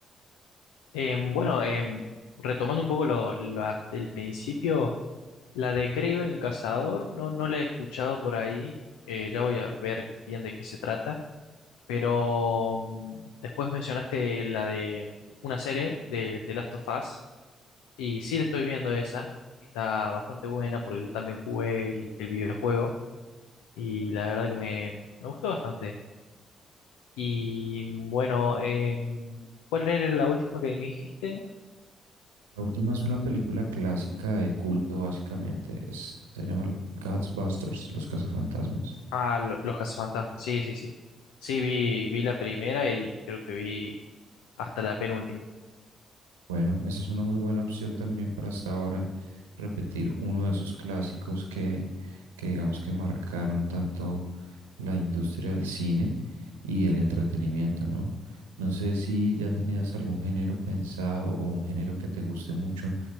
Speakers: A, on the left (about 80°); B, on the right (about 85°).
A: Em, bueno, em, retomando un poco lo, las del principio. La de Kraven el Cazador, no, no la he escuchado por ahí. eh, ya voy a ver bien de qué se trata. Pero mm, después mencionaste la de una serie de The Last of Us. Y sí, la estoy viendo esa. Está bastante buena porque yo también jugué el, el videojuego. Y la verdad que me, me gustó bastante. Y bueno, em, ¿cuál era la última que me dijiste?
B: La última es una película clásica de culto, básicamente. Es, se llama Ghostbusters, Los Cazafantasmas.
A: Ah, lo- Los Cazafantasmas. Sí, sí, sí. Sí, vi, vi la primera y creo que vi hasta la penúltima.
B: Bueno, esa es una muy buena opción también para hasta ahora repetir uno de esos clásicos que, que digamos que marcaron tanto la industria del cine y el entretenimiento, ¿no? No sé si ya tenías algún género pensado o un género que te guste mucho